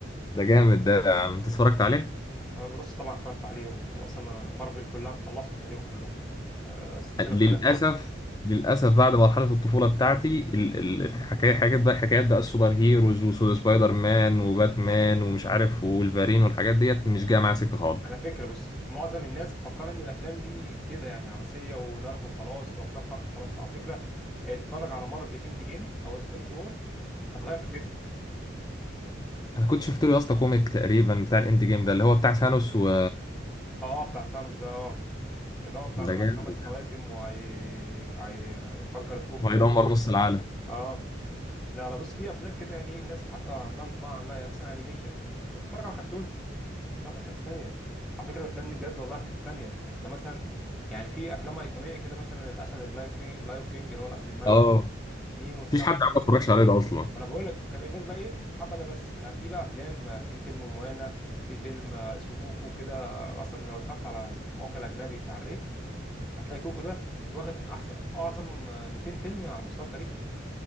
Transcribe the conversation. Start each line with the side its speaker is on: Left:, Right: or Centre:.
Left: ده جامد ده يا عم انت اتفرجت عليه
Centre: آه، بص طبعا اتفرجت عليه واصلا مارفل كلها مخلصهم تقريبا كلهم آه، السلسله
Left: للأسف
Centre: كلها
Left: للأسف بعد مرحلة الطفولة بتاعتي ال- ال- الحكاية حاجات بقى حكايات بقى السوبر هيروز وسبايدر مان وباتمان ومش عارف والفارين والحاجات ديت مش جاية معايا سكة خالص
Centre: على فكره بص معظم الناس مفكره ان الافلام دي كده يعني عبثيه وضرب وخلاص وابطال خارقه خلاص على فكره اتفرج على مارفل اند جيم او انفينيتي وور هتغير فكرتك
Left: أنا كنت شفت له يا اسطى كوميك تقريبا بتاع الإند جيم ده اللي هو بتاع ثانوس و
Centre: اه بتاع ثانوس ده اه اللي هو بتاع الخمس
Left: ده جامد
Centre: خواتم وهيفجر الكون كله
Left: وهيدمر نص العالم
Centre: اه لا لا بص في افلام كده يعني ايه الناس حتى عندها انطباع عنها يعني مثلا انيميشن انت بتتفرج على كرتون لا ده في حته ثانيه على فكره الافلام دي بجد والله في حته ثانيه انت مثلا يعني في افلام ايقونيه كده مثلا الاسد اللايو كينج اللايو كينج اللي هو الاسد الملك
Left: اه
Centre: نيمو السمكه
Left: مفيش حد عم
Centre: نيمو
Left: اتفرجش عليه ده أصلا
Centre: ما انا بقول لك الناس بقى ايه حابه ده بس لا في بقى افلام في فيلم موانا في فيلم اسمه كوكو كده اصلا لو دخلت على الموقع الاجنبي بتاع الريت هتلاقي كوكو ده واخد من احسن اعظم آه، 200 فيلم على مستوى التاريخ